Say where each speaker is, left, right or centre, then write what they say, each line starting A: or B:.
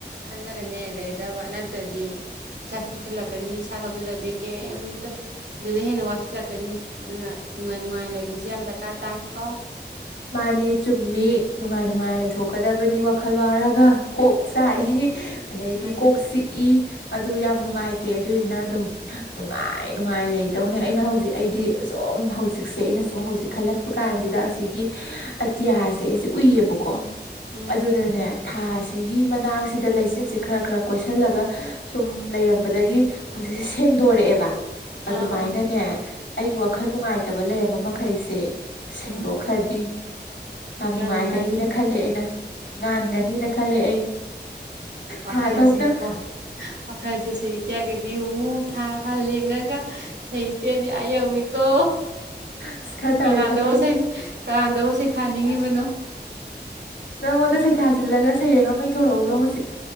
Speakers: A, on the right; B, on the left.
A: ꯈꯜꯂꯒꯅꯦ ꯂꯩꯒꯗꯕ ꯅꯠꯇ꯭ꯔꯗꯤ ꯏꯥ ꯁꯣꯛꯆꯤꯜꯂꯛꯀꯅꯤ ꯏꯁꯥ ꯁꯣꯛꯆꯤꯜꯂꯗꯤ ꯀꯩꯝꯇ ꯑꯗꯨꯗ ꯍꯦꯟꯅ ꯋꯥꯁꯤꯜꯂꯛꯀꯅꯤ ꯑꯗꯨꯅ ꯅꯨꯡꯉꯥꯏ ꯅꯨꯡꯉꯥꯏꯅ ꯂꯩꯁꯦ ꯌꯥꯝ ꯗꯔꯀꯥꯔ ꯇꯥꯏ ꯀꯣ
B: ꯃꯥꯅꯤ ꯆꯨꯝꯃꯤ ꯅꯨꯡꯉꯥꯏ ꯅꯨꯡꯉꯥꯏ ꯂꯩꯊꯣꯛꯀꯗꯕꯅꯤ ꯋꯥꯈꯜ ꯋꯥꯔꯒ ꯀꯣꯛ ꯆꯥꯛꯏ ꯑꯗꯩꯗꯤ
A: ꯃꯥꯅꯤ
B: ꯀꯣꯛ ꯁꯤꯤꯛꯏ ꯑꯗꯨ ꯌꯥꯝ ꯅꯨꯡꯉꯥꯏꯇꯦ ꯑꯗꯨꯏꯅ ꯑꯗꯨꯝ ꯅꯨꯡꯉꯥꯏ ꯅꯨꯡꯉꯥꯏ ꯂꯩꯗꯧꯅꯦ ꯑꯩꯅ ꯍꯧꯖꯤꯛ ꯑꯩꯗꯤ ꯍꯧꯖꯤꯛꯁꯦ ꯑꯩꯅ ꯁꯨꯝ ꯍꯧꯖꯤꯛ ꯈꯜꯂꯛꯄ ꯀꯥꯟꯁꯤꯗ ꯑꯁꯤꯒꯤ ꯑꯇꯤꯌꯥꯁꯦ ꯑꯩꯁꯦ ꯎꯏꯌꯦꯕꯀꯣ
A: ꯎꯝ ꯎꯝ
B: ꯑꯗꯨꯗꯅꯦ ꯊꯥꯁꯦ ꯑ ꯃꯅꯥꯁꯤꯗ ꯂꯩꯆꯤꯟ ꯈ ꯈ ꯀꯣꯏꯂ ꯁꯨꯝ ꯂꯩꯔ ꯍꯧ ꯗꯧꯔꯛꯑꯦꯕ ꯑꯗꯨꯃꯥꯏꯅꯅꯦ
A: ꯑꯥ ꯑꯥ
B: ꯑꯩꯒꯤ ꯋꯥꯈꯜ ꯅꯨꯡꯉꯥꯏꯇꯕ ꯂꯩꯔꯝꯕ ꯃꯈꯩꯁꯦ ꯁꯦꯡꯗꯣꯛꯈ꯭ꯔꯦ
A: ꯑꯥ
B: ꯈꯔꯗꯤ ꯌꯥꯝ
A: ꯀꯌꯥꯝ
B: ꯅꯨꯡꯉꯥꯏꯒꯅꯤꯅ
A: ꯅꯨꯡꯉꯥꯏꯅꯤ
B: ꯈꯜꯂꯦ ꯑꯩꯅ ꯉꯥꯟꯒꯅꯤꯅ ꯈꯜꯂꯦ ꯑꯩ
A: ꯄꯈꯥꯏꯁꯤ
B: ꯊꯥꯗꯧꯅ
A: ꯄꯈꯥꯏꯁꯤ ꯁꯤ ꯏꯇ ꯀ ꯗꯤ ꯎ ꯐꯥ ꯐꯥ ꯂꯦꯡꯉꯒ ꯁꯍꯤꯇꯤꯗꯤ ꯑ ꯌꯧꯋꯤꯀꯣ
B: ꯑꯁ ꯈꯔ ꯇꯧꯔꯦ
A: ꯀꯅꯥꯗꯕꯨ
B: ꯈꯪꯗꯦ ꯑꯩ
A: ꯀꯅꯥꯗꯕꯨ ꯁꯩꯊꯥꯅꯤꯡꯉꯤꯕꯅꯣ
B: ꯅꯪꯉꯣꯟꯗ ꯁꯩꯊꯥꯖꯤꯜꯂꯒ ꯁꯩꯔꯦꯡ ꯑꯃ ꯊꯣꯔꯛꯎꯔꯣ ꯍꯧꯖꯤ